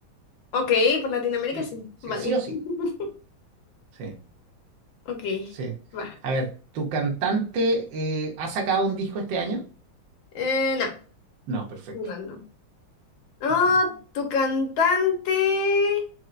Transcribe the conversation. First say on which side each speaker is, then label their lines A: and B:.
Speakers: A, on the left; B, on the right.
A: Ok, por Latinoamérica
B: Sí o sí.
A: sí.
B: Sí,
A: Vale.
B: sí o sí.
A: <laughs>
B: Sí,
A: Ok,
B: sí.
A: va.
B: A ver, ¿tu cantante eh, ha sacado un disco este año?
A: Eh, no,
B: No, perfecto.
A: no, no. Ah,
B: Ok.
A: ¿tu cantante